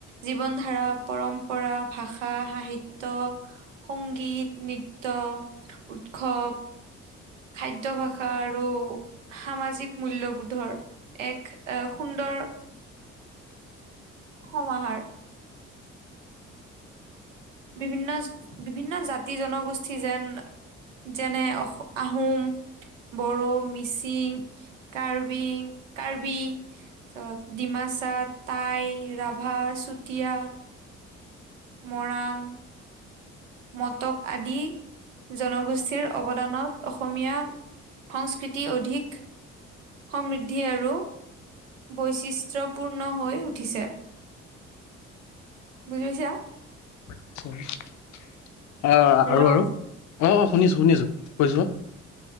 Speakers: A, on the right; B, on the left.
A: জীৱন ধাৰা পৰম্পৰা ভাষা সাহিত্য। সংগীত নৃত্য উৎসৱ। খাদ্য ভাষা আৰু সামাজিক মূল্যবোধৰ এক। এক সুন্দৰ। সমাহাৰ। বিভিন্নচ বিভিন্ন জাতি জনগোষ্ঠী যেন। যেনে অস', -আহোম। বড়ো, মিচিং, কাৰ্বিং, কাৰ্বি। তাৰপিছত ডিমাচা, তাই, ৰাভা, চুতীয়া। মৰাণ, মটক আদি জনগোষ্ঠীৰ অৱ অৱদানত অসমীয়া সংস্কৃতি অধিক। সমৃদ্ধি আৰু বৈশিষ্ট্যপূৰ্ণ হৈ উঠিছে। বুজি পাইছা?
B: আ', -আ', আৰু-আৰু
A: হেল্ল'
B: অ', -অ', শুনিছোঁ-শুনিছোঁ কৈ যোৱা।